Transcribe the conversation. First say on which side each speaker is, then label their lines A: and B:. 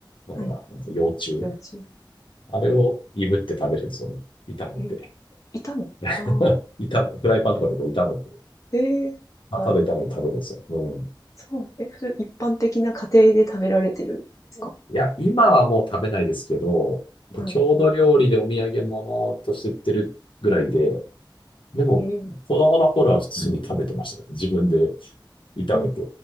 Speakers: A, on the left; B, on the left.
A: まだ、
B: はい。
A: なんか幼虫。
B: 幼稚園。
A: あれをいぶって食べるんですよね。炒めて。
B: えーいたのああ、
A: <laughs> 炒め、フライパンとかでこう炒めて、
B: ええあ、
A: たただ炒めて食べるんですよ。うん。
B: そう、え、それ一般的な家庭で食べられてるんですか
A: いや、今はもう食べないですけど、
B: はい。
A: 郷土料理でお土産物として売ってるぐらいで、でも、
B: えー
A: 子供の頃は普通に食べてましたね。自分で炒めて。
B: えー